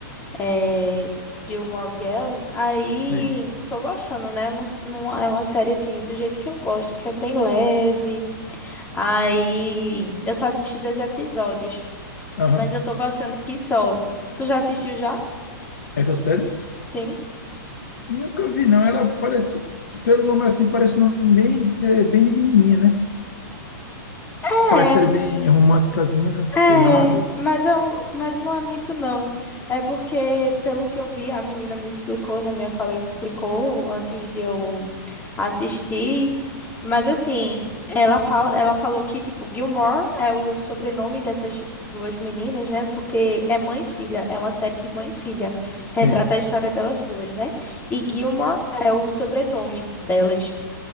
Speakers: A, on the left (about 15°); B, on the left (about 55°).
A: é, Gilmore Girls. Aí
B: Sim.
A: tô gostando, né? Não, não é uma série assim do jeito que eu gosto, que é bem leve. Aí eu só assisti dois episódios,
B: Aham.
A: mas eu tô gostando que só. Tu já assistiu já?
B: Essa série?
A: Sim.
B: Nunca vi, não. Ela parece, pelo nome assim, parece um nome bem de, ser- bem de menininha, né?
A: É,
B: Aquela série bem românticazinha,
A: é,
B: sei lá. o-
A: mas, eu, mas não é muito não. É porque, pelo que eu vi, a menina me explicou, né? Minha colega explicou antes de eu assistir. Mas assim, ela fala, ela falou que, tipo, Gilmore é o sobrenome dessas duas meninas, né? Porque é mãe e filha, é uma série de mãe e filha. Retrata
B: Sim.
A: a história delas duas, né? E Gilmore é o sobrenome delas.